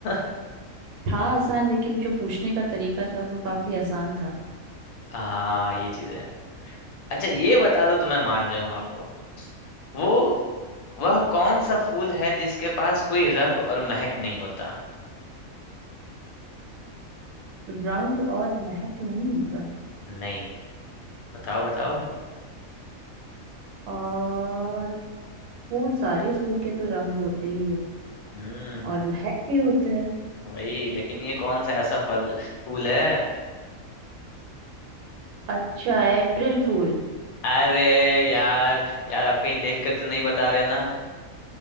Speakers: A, on the left (about 80°); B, on the right (about 90°).
A: <laughs>
B: था आसान लेकिन जो पूछने का तरीका था वो काफी आसान था
A: हाँ ये चीज है अच्छा ये बता दो तो मैं मान जाऊं आपको वो वह कौन सा फूल है जिसके पास कोई रंग और महक नहीं होता
B: रंग और महक नहीं होता
A: नहीं बताओ बताओ
B: और फूल सारे फूल के तो रंग होते ही है
A: हम्म
B: और महक भी होते हैं
A: वही लेकिन ये कौन सा ऐसा फल फूल है
B: अच्छा है अप्रैल फूल
A: अरे यार यार आप कहीं देख कर तो नहीं बता रहे ना